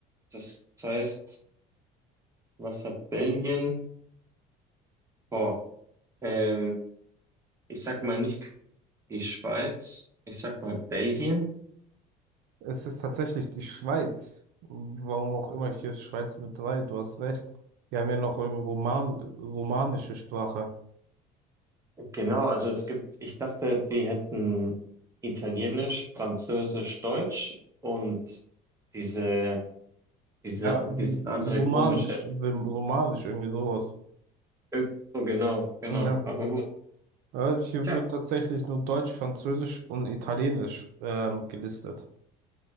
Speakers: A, on the right; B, on the right.
A: Das heißt, was hat Belgien? Oh, ähm, ich sag mal nicht die Schweiz, ich sag mal Belgien.
B: Es ist tatsächlich die Schweiz. Warum auch immer hier ist Schweiz mit drei, du hast recht. Wir haben ja noch irgendwie Roman, romanische Sprache.
A: Genau, also es gibt, ich dachte, die hätten Italienisch, Französisch, Deutsch und diese, diese,
B: Ja,
A: dieses andere
B: romanisch,
A: komische.
B: romanisch, irgendwie sowas.
A: Irg- So genau, genau,
B: Ja.
A: aber gut.
B: Ja, hier
A: Tja.
B: wird tatsächlich nur Deutsch, Französisch und Italienisch ähm, gelistet.